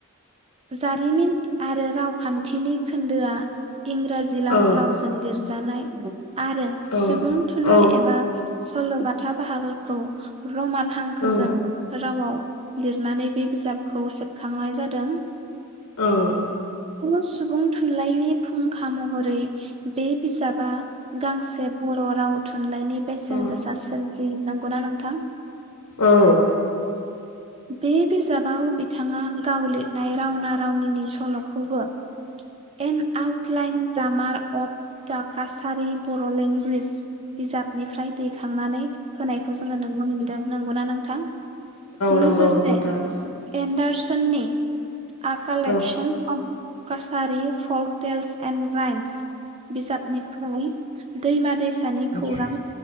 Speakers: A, on the right (about 25°); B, on the left (about 70°).
A: जारिमिन आरो रावखान्थिनि खोन्दोआ इंराजिलाव
B: औ
A: रावजों लिरजानाय आरो सुबुं
B: औ
A: थुनलाइ
B: औ
A: एबा सल'बाथा बाहागोखौ रमान हांखोजों
B: औ
A: रावाव लिरनानै बे बिजाबखौ सेबखांनाय जादों।
B: औ।
A: <unintelligible> सुबुं थुनलाइनि फुं खा महरै बे बिजाबा गांसे बर' राव थुनलाइनि बेसेन
B: औ
A: सेन गोसा सोर जि नंगौना नोंथां?
B: औ।
A: बे बिजाबाव बिथाङा गाव लिरनाय रावना रावनिनि सल'खौबो an outline grammar of the Kachari Bodo language बिजाबनिफ्राय दैखांनानै होनायखौ जोङो नुनो मोनदों नंगौना नोंथां? लोगोसे
B: नंगौ नोंथां औ
A: एन्डारस सननि आ collection
B: औ
A: of कासारि folk tales and rhymes बिजाबनिफ्राय दैमा दैसानि खौरां
B: औ